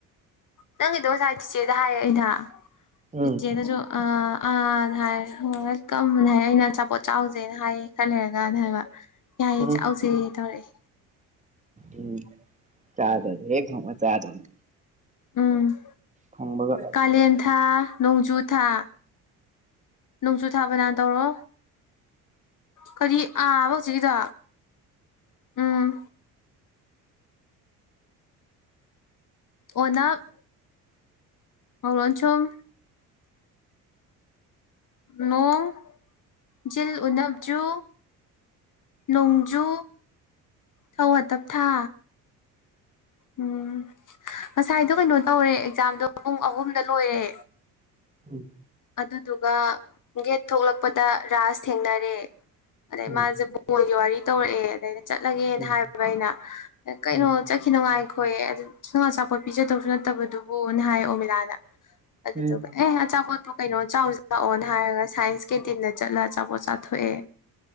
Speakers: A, on the left; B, on the right.
A: ꯅꯪꯒꯤꯗꯣ ꯉꯥꯁꯥꯏ ꯆꯤꯆꯦꯗ ꯍꯥꯏꯔꯦ ꯑꯩꯅ
B: ꯎꯝ
A: ꯆꯤꯆꯦꯅꯁꯨ ꯑꯥ ꯑꯥꯅ ꯍꯥꯏꯔꯦ꯫ ꯋꯦꯜꯀꯝ ꯍꯥꯏꯔ ꯑꯩꯅ ꯑꯆꯥꯄꯣꯠ ꯆꯥꯎꯖꯦꯅ ꯍꯥꯏꯌꯦ ꯈꯔ ꯂꯩꯔꯒꯅ ꯍꯥꯏꯕ꯫ ꯌꯥꯏꯌꯦ
B: ꯎꯝ
A: ꯆꯥꯎꯖꯦ ꯇꯧꯔꯛꯑꯦ꯫
B: ꯎꯝ ꯆꯥꯗꯣꯏꯅꯤ ꯍꯦꯛ ꯐꯪꯕꯒ ꯆꯥꯗꯣꯏꯅꯤ꯫
A: ꯎꯝ꯫
B: ꯐꯪꯕꯒ꯫
A: ꯀꯥꯂꯦꯟ ꯊꯥ ꯅꯣꯡꯖꯨ ꯊꯥ꯫ ꯅꯣꯡꯖꯨ ꯊꯥ ꯕꯥꯅꯟ ꯇꯧꯔꯣ꯫ ꯀꯔꯤ ꯑꯥꯕ ꯍꯧꯖꯤꯛꯀꯤꯗꯣ ꯎꯝ꯫ ꯑꯣꯅꯥꯞ꯫ ꯉꯧ ꯂꯣꯟꯁꯨꯝ꯫ ꯅꯣꯡ ꯖꯤꯜ ꯎꯅꯞꯖꯨ꯫ ꯅꯣꯡꯖꯨ꯫ ꯊꯧ ꯑꯇꯞ ꯊꯥ꯫ ꯎꯝ ꯉꯁꯥꯏꯗꯣ ꯀꯩꯅꯣ ꯇꯧꯔꯦ ꯑꯦꯛꯖꯥꯝꯗꯣ ꯄꯨꯡ ꯑꯍꯨꯝꯗ ꯂꯣꯏꯔꯦ꯫
B: ꯎꯝ꯫
A: ꯑꯗꯨꯗꯨꯒ ꯒꯦꯠ ꯊꯣꯛꯂꯛꯄꯗ ꯔꯥꯁ ꯊꯦꯡꯅꯔꯦ ꯑꯗꯩ
B: ꯎꯝ
A: ꯃꯥꯁꯦ ꯃꯣꯏꯒꯤ ꯋꯥꯔꯤ ꯇꯧꯔꯛꯑꯦ ꯑꯗꯩꯗ ꯑꯩꯅ ꯆꯠꯂꯒꯦꯅ
B: ꯎꯝ
A: ꯍꯥꯏꯕ ꯑꯩꯅ ꯀꯩꯅꯣ
B: ꯎꯝ
A: ꯆꯠꯈꯤꯅꯣ ꯉꯥꯏꯈꯣꯌꯦ ꯑꯗꯨ ꯁꯨꯝ ꯑꯆꯥꯄꯣꯠ ꯄꯤꯖꯗꯧꯁꯨ ꯅꯠꯇꯕꯗꯨꯕꯨꯅ ꯍꯥꯏꯔ‌ꯦ ꯑꯣꯃꯤꯂꯥꯅ ꯑꯗꯨꯗꯨꯒ
B: ꯎꯝ
A: ꯑꯦ ꯑꯆꯥꯄꯣꯠ ꯄꯣꯠꯄꯨ ꯀꯩꯅꯣ ꯆꯥꯎꯁꯤ ꯂꯥꯛꯑꯣꯅ ꯍꯥꯏꯔꯒ ꯁꯥꯏꯟꯁ ꯀꯦꯇꯤꯟꯗ ꯆꯠꯂ ꯑꯆꯥꯄꯣꯠ ꯆꯥꯊꯣꯛꯑꯦ